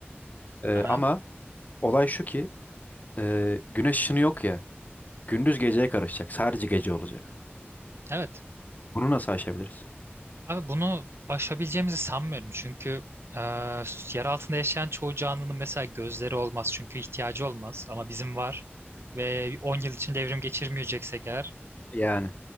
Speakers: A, on the left; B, on the right.
A: Ee,
B: aha.
A: ama olay şu ki e, güneş ışını yok ya. Gündüz geceye karışacak. Sadece gece olacak.
B: Evet.
A: Bunu nasıl aşabiliriz?
B: Abi bunu aşabileceğimizi sanmıyorum çünkü e, yer altında yaşayan çoğu canlının mesela gözleri olmaz çünkü ihtiyacı olmaz ama bizim var ve 10 yıl içinde evrim geçirmeyeceksek eğer
A: Yani